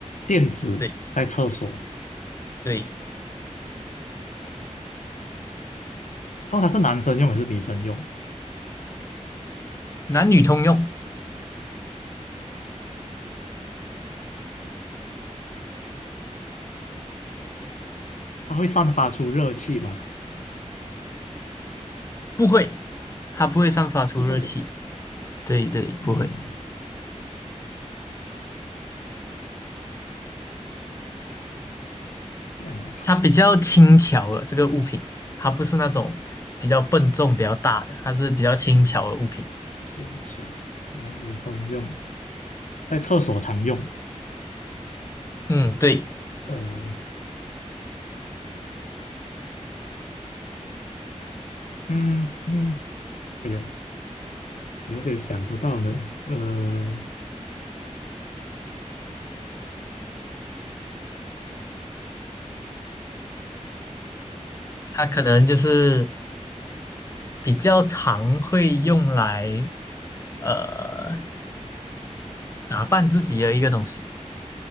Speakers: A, on the left (about 80°); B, on the left (about 25°).
A: 垫子在厕所，
B: 对对，
A: 通常是男生用还是女生用？
B: 男女通用，
A: 它会散发出热气吗？
B: 不会，它不会散发出热气，
A: 不会。
B: 对对，
A: 嗯，
B: 不会。
A: 这样啊，
B: 它比较轻巧的这个物品，它不是那种比较笨重、比较大的，它是比较轻巧的物品。
A: 球球男女通用，在厕所常用。
B: 嗯，对，
A: 呃，嗯嗯，哎呦，有点想不到呢。呃，
B: 它可能就是比较常会用来呃打扮自己的一个东西。